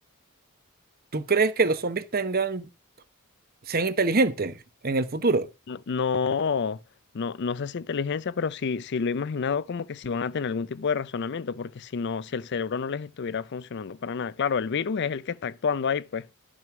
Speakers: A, on the right; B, on the left.
A: ¿tú crees que los zombies tengan, sean inteligentes en el futuro?
B: No, no, no no sé si inteligencia, pero sí, sí lo he imaginado como que si van a tener algún tipo de razonamiento, porque si no, si el cerebro no les estuviera funcionando para nada. Claro, el virus es el que está actuando ahí, pues,